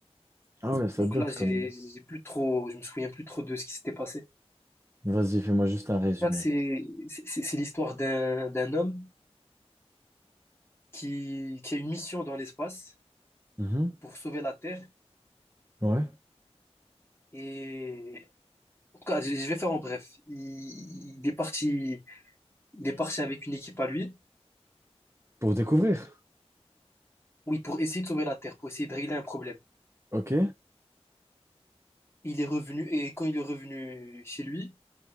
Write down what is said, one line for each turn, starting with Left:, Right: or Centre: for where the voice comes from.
Right: Ah ouais, ça
Left: Donc
Right: date
Left: là j'ai
Right: quand même.
Left: j'ai plus trop, je me souviens plus trop de ce qui s'était passé.
Right: Vas-y, fais-moi juste un résumé.
Left: Là c'est c'est c'est l'histoire d'un d'un homme qui qui a une mission dans l'espace
Right: Mhm.
Left: pour sauver la Terre.
Right: Ouais.
Left: Et en tout cas, je je vais faire en bref. Il, il est parti, il est parti avec une équipe à lui,
Right: Pour découvrir.
Left: oui, pour essayer de sauver la Terre, pour essayer de régler un problème.
Right: Ok.
Left: Il est revenu, et quand il est revenu chez lui,